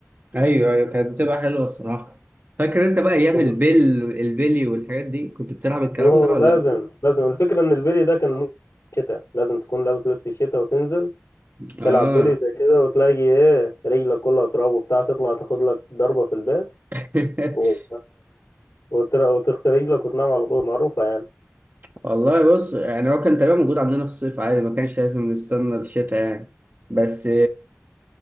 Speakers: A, on the right (about 40°); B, on the left (about 75°).
A: أيوه أيوه كانت بتبقى حلوة الصراحة فاكر أنت بقى أيام
B: طب-
A: البل البلي والحاجات دي كنت بتلعب الكلام
B: اوه
A: ده ولا
B: لازم
A: لأ؟
B: لازم الفكرة ان البيلي ده كان مو شتاء لازم تكون لابس لبس الشتاء وتنزل
A: آه
B: تلعب بيلي زي كده وتلاقي ايه رجلك كلها تراب وبتاع تطلع تاخد لك ضربة في البيت
A: <laughs>
B: و... وتر- وتغسل رجلك وتنام على طول معروفة يعني
A: والله بص يعني هو كان تقريبا موجود عندنا في الصيف عادي ما كانش لازم نستنى الشتاء يعني بس